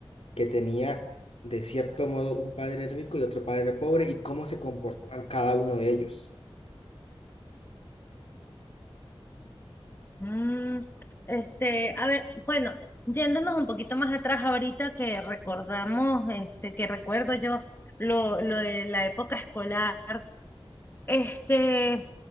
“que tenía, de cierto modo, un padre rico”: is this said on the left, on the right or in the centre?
Left